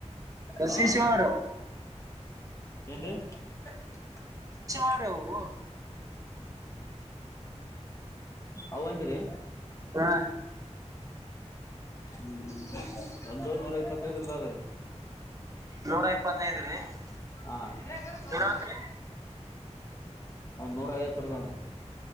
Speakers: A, on the right; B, on the left.
A: ಎಸಶ
B: ಹಾ
A: ಯಾರ
B: ಏನು ಹ್ಮ
A: ಅವ್ರಿ ಅವು
B: ಅವಂಗಿರಿೀ
A: ಹಾ
B: ಹ್ಮ್ ಒಂದೂ ನೂರ ಇಪ್ಪತ್ತೈದರದ ಅದ್ರೀ
A: ನೂರ <inaudible>
B: ಹಾಂ ಇ್ರ ಕ ಸೋಣ
A: ಏನಂದ್ರಿ
B: ಅನ್ನೂರ ಐವತ್ತು ರೂಪಾನ